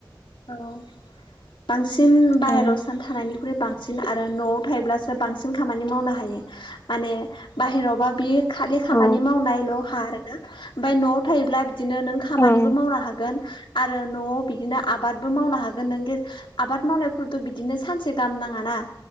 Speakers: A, on the left (about 75°); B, on the left (about 30°).
A: औ। बांसिन बाहेरायाव
B: ओं
A: सान थानायनिख्रुइ बांसिन आरो न'आव थायोब्ला बांसिन खामानि मावनो हायो माने बाहेरावबा बि खालि खामानि
B: औ
A: मावनायल' खा आरो ना ओमफ्राय न'आव थायोब्ला बिदिनो नों खामानिबो
B: ओं
A: मावनो हागोन आरो न'आव बिदिनो आबादबो मावनो हागोन नों आबाद मावनायफोरथ' बिदिनो सानसे गाहाम नाङा ना।